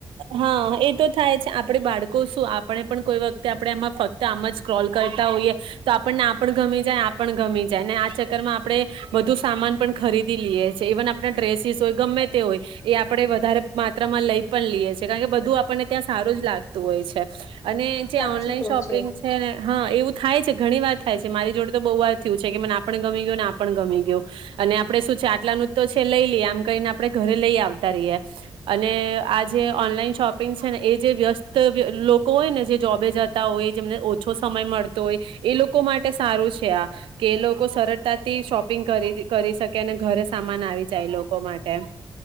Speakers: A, on the right; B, on the left.
A: હા એ તો થાય છે, આપડે બાળકો શું આપ આપણે પણ કોઈ વખતે આપણે આમાં ફક્ત આમ જ ક્રોલ કરતા હોઈએ તો આપણને આ ગમી જાય આ ગમી જાય આ ચક્કરમાં આપણે વધુ સામાન પણ ખરીદી લઈએ છએ ઇવન આપણા ડ્રેસીસ હોય ગમે તે હોય એ આપણે વધારે માત્રામાં લઈ પણ લઈએ છે કારણ કે બધું આપણને ત્યાં સારું જ લાગતું હોય છે અને જે
B: સાચું
A: ઓનલાઈન
B: કહો
A: શોપિંગ
B: છો
A: છે ને હા, એવું થાય છે ઘણી વાર થાય છે મારી જોડે તો બહુ વાર થયું છે કે મને આપને ગમી ગયું ને આપણ ગમી ગયું અને આપડે શું છે આટલા નુ જ તો છે લઈ લઈએ આમ કહીને આપણે ઘરે લઈ આવતા રહીએ અને જે ઓનલાઈન શોપિંગ છે ને એ જે વ્યસ્ત લોકો હોય ને જે જોબે જતા હોય જેમને ઓછો સમય મળતો હોય એ લોકો માટે સારું છે આ કે એ લોકો સરળતાથી શોપિંગ કરી શકે અને ઘરે સામાન આવી જાય એ લોકો માટે